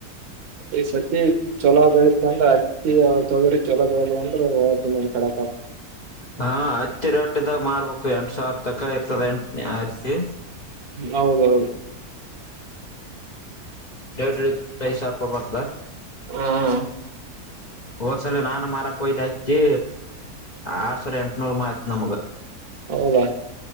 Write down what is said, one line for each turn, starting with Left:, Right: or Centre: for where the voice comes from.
Right: ಈ ಸತಿ ಚೊಲೋ ಬೆಳತ್ ಅಂದ್ರ ಅತ್ತಿ ತೊಗ್ರಿ ಚೊಲೋ ಬೆಳದ ಅಂದ್ರತ ಕಡಕ
Left: ಹಾ ಹಚ್ಚಿ ರೇಟಿದ ಮಾರ್ಬೇಕು ಎಂಟ ಸಾವಿರ ತಕ ಇರ್ತದ ಎಂಟ ಹಚ್ಚಿ
Right: ಹೌದೌದು
Left: ಡ್ಐ ಸಾರಪ ಬತ್ತಲ
Right: ಹ್ಮ
Left: ಒಓದ್ಸಲ ನಾನು ಮಾರಕ್ ಒಯ್ದ ಹಚ್ಚಿ ಆರ್ ಸರ್ ಎಂಟನೂರು ಮತ್ ನಮ್ಗ
Right: ಅವಾ